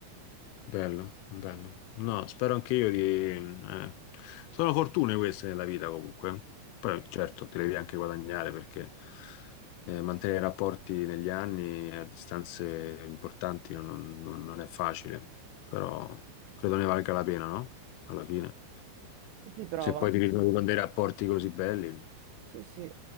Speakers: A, on the left; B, on the right.
A: Bello, bello. No, spero anche io di... eh, Sono fortune queste nella vita comunque. Poi certo, te le devi anche guadagnare perché eh, mantenere rapporti negli anni a distanze importanti non, non- non è facile, però credo ne valga la pena, no? Alla fine.
B: Si prova,
A: Se poi ti ritrovi con dei rapporti così belli,
B: sì, sì.